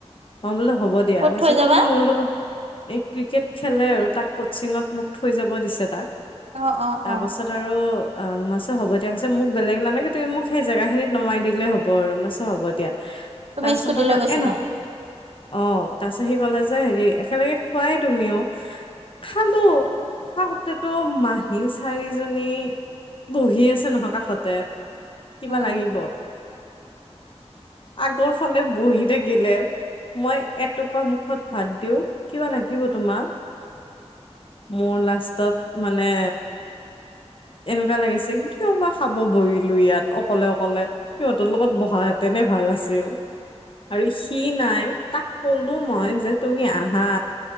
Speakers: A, on the left (about 50°); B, on the right (about 65°).
A: মই বোলে হ'ব দিয়া
B: ক'ত
A: হৈছে
B: থৈ যাবা
A: তুমি মোৰ লগত এই ক্ৰিকেট খেলে আৰু তাক কচিঙত মোক থৈ যাব দিছে তাক।
B: অ', অ',
A: তাৰ
B: অ'।
A: পাছত আৰু অ' মই কৈছো হ'ব দিয়া কৈছে মোক বেলেগ নালাগে, তুমি মোক সেই জেগা খিনিত নমাই দিলেই হ'ব আৰু মই কৈছো হ'ব দিয়া।
B: তুমি
A: তাৰ পিছফালে
B: স্কুটি লৈ গৈছিলা
A: এ! নহয়। অ', তাপিছৰ সি কলে যে হেৰি একেলগে খোৱাই তুমিও। খালো খাওঁতেতো মাহী চাৰিজনী বহি আছে নহয় কাষতে। কিবা
B: অ
A: লাগিব আগৰ ফালে বহি থাকিলে। মই এটোপা মুখত ভাত দিওঁ কিবা লাগিব তোমাক? মোৰ লাষ্টত মানে এনেকুৱা লাগিছে কিয়বা খাব বহিলো ইয়াত অকলে- অকলে। সিহঁতৰ লগত বহাহেঁতেনে ভাল আছিল আৰু সি নাই। তাক ক'লো মই যে তুমি আহা।